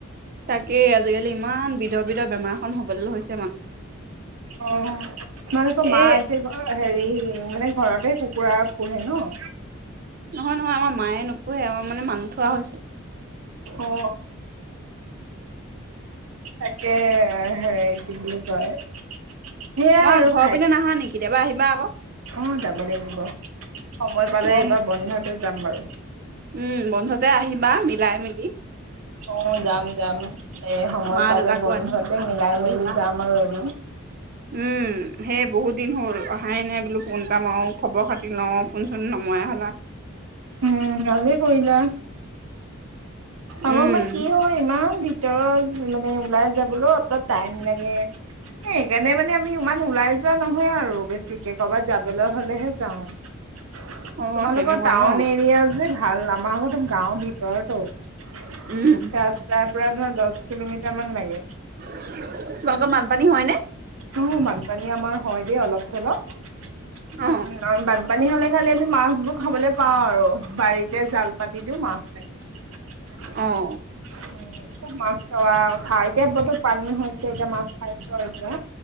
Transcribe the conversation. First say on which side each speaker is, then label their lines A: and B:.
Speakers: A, on the right (about 45°); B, on the right (about 80°).
A: তাকে আজিকালি ইমান বিধ বিধ বেমাৰ খন হবলে হৈছ
B: অ তোমালোক এতিয়া
A: এই
B: গ অ হেৰি মানে ঘৰতে কুকুৰা পোহে ন
A: নহয় নহয় আমাৰ মায়ে নপোহে আমাৰ মানে মানুহ থোৱা হৈছে
B: অ তাকে হে কি বুলি কয় সেয়াই
A: আমাৰ
B: আৰু
A: ঘৰৰ
B: খাই
A: পিনে নাহা নি কেতিয়াবা আহিবা আকৌ
B: অ', যাব লাগিব, সময় পালে
A: বম
B: এইবাৰ বন্ধতে যাম বাৰু।
A: উম, বন্ধতে আহিবা, মিলাই মেলি।
B: অ', যাম যাম এ, সময়
A: মা
B: পালে
A: দেউতাকো
B: বন্ধতে
A: আনি
B: মিলাই
A: লৈ
B: মেলি
A: আহিবা
B: যাম আৰু এদিন।
A: উম, সেই বহুত দিন হ'ল, অহাই নাই বোলো ফোন। তা মাও খবৰ খাতি লওঁ, ফোনচোন নমৰাই হ'লা।
B: উম, ভালেই কৰিলা।
A: উম
B: আমাৰ মান কি হয়, ইমান বিক তেও মানে, ওলাই যাবলও অলপ টাইম লাগে। এ, সেইকাৰণে মানে আমি ইমান ওলাই যোৱা নহয়ে আৰু। বেছিকে ক'ৰবাত যাবলৈ হ'লেহে যাওঁ। তোমালোকৰ টাউন
A: অ তেনেকুৱা
B: এৰিয়া
A: ন
B: যে ভাল, আমাৰ আকৌ গাওঁৰ ভিতৰটো।
A: উম।
B: ৰাস্তাৰ পৰা ধৰা, দচ কিলোমিটাৰ মান লাগে।
A: তোমালোকৰ বানপানী হয় নে?
B: উম, বানপানী আমাৰ হয় দে, অলপ চলপ। উ
A: অ
B: আৰ বান পানী হ'লে খালি আমি মাছ বো খাবলৈ পাও আৰু বাৰীতে জাল পাতি দিও মাছ লাগে। উম। <unintelligible>
A: অঁ।
B: উম, খুব মাছ খাৱা খা, এতিয়া বহুত পানী হৈছে, এতিয়া মাছ খাইছো আৰু এতিয়া।